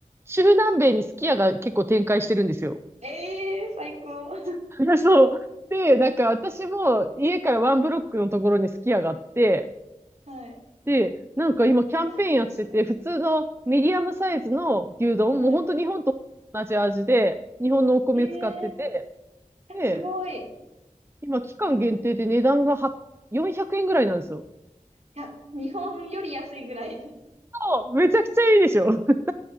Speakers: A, on the right; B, on the right.
A: 中南米にすき家が結構展開してるんですよ。
B: ええー、最高。<laughs>
A: <laughs> そう。で、なんか、私も家からワンブロックのところにすき家があって、
B: はい。
A: で、なんか今、キャンペーンやってて、
B: <laughs> あめっちゃ、
A: 普通のミディアムサイズの牛丼、
B: はい。
A: もう本当日本と同じ味で、日本のお米使ってて、
B: ええー、
A: で、
B: すごい。い
A: 今、期間限定で値段がは400円ぐらいなんですよ。
B: や、日本より安いぐらい。
A: そうめちゃくちゃいいでしょ。<laughs>